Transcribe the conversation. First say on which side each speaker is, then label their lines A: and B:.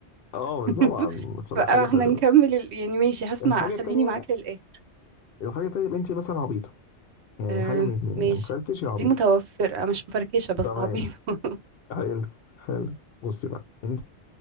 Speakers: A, on the left; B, on the right.
A: أه
B: <laughs>
A: بس طبعا فبقى
B: بقى
A: حاجة
B: احنا
A: حلوة
B: نكمل ال... يعني ماشي هسمع
A: الحاجة
B: خليني
A: التانية
B: معاك للآخر
A: الحاجة التانية يبقى أنت مثلا عبيطة يعني
B: آه
A: حاجة من اتنين
B: ماشي
A: يا مفركش يا عبيط
B: دي متوفرة مش مفركشة بس
A: تمام
B: عبيطة
A: حلو حلو بصي بقى أنت